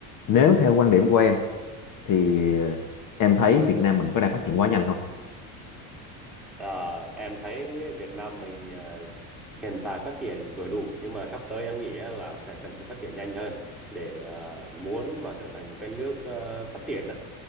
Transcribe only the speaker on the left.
nếu theo quan điểm của em thì ờ, em thấy Việt Nam mình có đang phát triển quá nhanh không